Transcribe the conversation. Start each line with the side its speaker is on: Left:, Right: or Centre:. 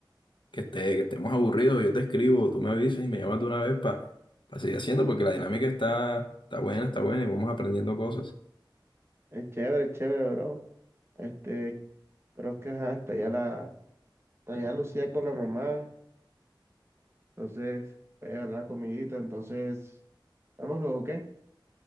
Left: que esté, que estemos aburridos, yo te escribo, tú me avisas y me llamas de una vez para seguir haciendo porque la dinámica está, está buena, está buena y vamos aprendiendo cosas.
Right: Es chévere, es chévere, bro. Este, pero es que ajá, está allá la, está allá Lucía con la mamá, entonces voy a llevar la comidita, entonces, vamos luego, ¿qué?